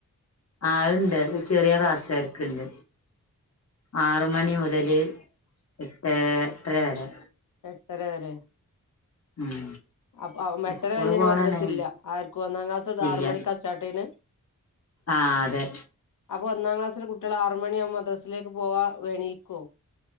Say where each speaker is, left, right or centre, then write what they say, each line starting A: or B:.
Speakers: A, on the left (about 45°); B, on the left (about 65°).
A: ആഹാ അഹ്ണ്ട് ചെറിയ ക്ലാസാർക്ക്ണ്ട് ആറ് മണി മുതല് എട്ടേ എട്ടരവരെ
B: എട്ടര വരെ?
A: ഉം
B: അപ്പം എട്ടര
A: സ്കൂള്
B: കഴിഞാ പിന്നെ
A: പോണന്നേ
B: മദ്രസില്ല ആര്ക്കും ഒന്നാം ക്ലാസൊട്ട്
A: ഇല്ല
B: ആറ് മണിക്കാ സ്റ്റാർ്ട്ടെയ്ണെ? <unintelligible>
A: ആഹ് അതെ
B: അപ്പൊ ഒന്നാം ക്ലാസ്സിലെ കുട്ടിയള് ആറു മണിയാവുമ്പോ മദ്രസിലേക്ക് പോവാ എണീക്കോ?